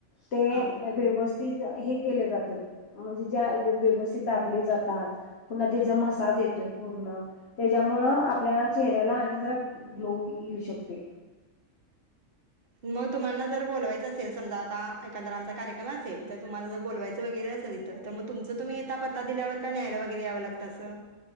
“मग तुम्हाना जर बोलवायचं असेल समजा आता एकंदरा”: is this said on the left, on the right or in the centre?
Right